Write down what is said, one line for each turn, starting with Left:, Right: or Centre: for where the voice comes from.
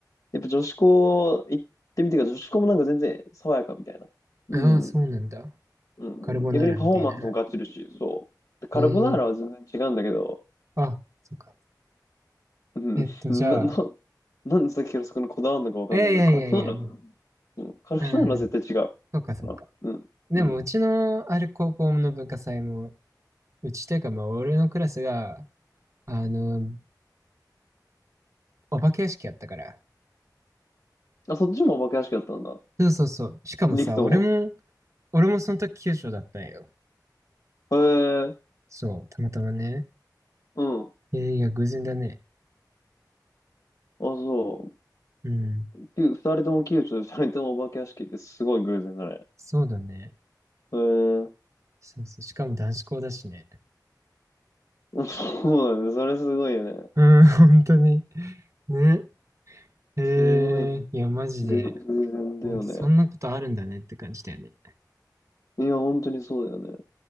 Left: やっぱ女子校行ってみてから、女子校もなんか全然爽やかみたいな。うん。
Right: ああ、そうなんだ。
Left: うん。
Right: カルボナーラみたいな。
Left: 逆にパフォーマンスもガチるし、そう。でカルボナーラは全然違うんだけど、
Right: ええあ、そっか。
Left: うん。
Right: えっと、
Left: <laughs>
Right: じゃあ、
Left: な、な、なんでさっきからそこにこだわるのかわかんないけど、
Right: いやいやいやいやいや。
Left: カルボナーラ、うん。カルボナーラは絶対違う。
Right: うん。そうかそうか。
Left: かな。うん。
Right: でもうちのある高校の文化祭も、
Left: うん。
Right: うちというかまあ俺のクラスが、あの、お化け屋敷やったから。
Left: あ、そっちもお化け屋敷だったんだ。
Right: そうそうそう。しかもさ、
Left: リクとも。
Right: 俺も、俺もその時九州だったんよ。
Left: へえ、
Right: そう、たまたまね。
Left: うん。あ、
Right: いやいや、偶然だね。
Left: そ
Right: うん。
Left: う。きゅう二人とも宮中で二人ともお化け屋敷ってすごい偶然だね。
Right: そうだね。
Left: へえ、
Right: そうそう。しかも男子校だしね。
Left: そうだね。それすごいよね。
Right: うん、本当に。ね。え
Left: すごいね、
Right: ー、いや、マジで。
Left: ぐ、偶然だよね。
Right: 本当そんなことあるんだねって感じだよね。
Left: いや、本当にそうだよね。